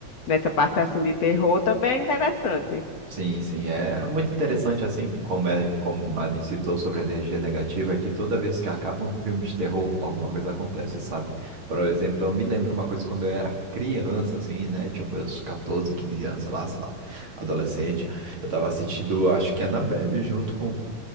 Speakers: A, on the left; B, on the right.
A: nessa parte assim de terror também é interessante.
B: Sim, sim, é muito interessante assim, como é, como a gente citou sobre a energia negativa, que toda vez que acaba um filme de terror, alguma coisa acontece, sabe? Por exemplo, eu me lembro uma coisa quando eu era criança, assim, né, de meus catorze quinze anos, sei lá, sei lá, adolescente, eu tava assistindo, acho que Annabelle junto com